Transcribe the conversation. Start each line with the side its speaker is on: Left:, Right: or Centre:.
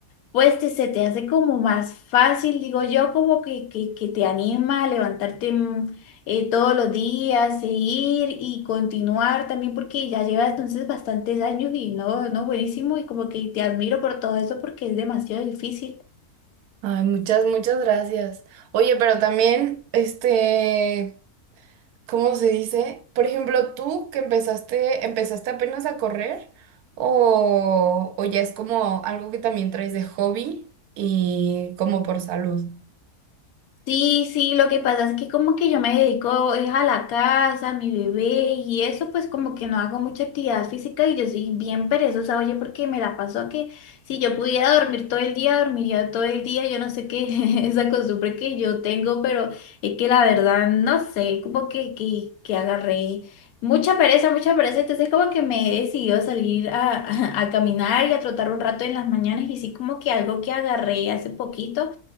Left: pues te, se te hace como más fácil, digo yo, como que, que, que te anima a levantarte mm, eh, todos los días, seguir y continuar también, porque ya llevas entonces bastantes años y no, no, buenísimo, y como que te admiro por todo eso porque es demasiado difícil.
Right: ay, muchas, muchas gracias. Oye, pero también, este, ¿cómo se dice? Por ejemplo, tú que empezaste, empezaste apenas a correr o, o ya es como algo que también traes de hobby y como por salud.
Left: Sí, sí, lo que pasa es que como que yo me dedico es a la casa, a mi bebé y eso, pues como que no hago mucha actividad física y yo soy bien perezosa, oye, porque me la paso que si yo pudiera dormir todo el día, dormiría todo el día, yo no sé qué <laughs> esa costumbre que yo tengo, pero es que la verdad no sé, como que, que, que agarré mucha pereza, mucha pereza, entonces como que me he decidido salir a, <laughs> a caminar y a trotar un rato en las mañanas y sí como que algo que agarré hace poquito.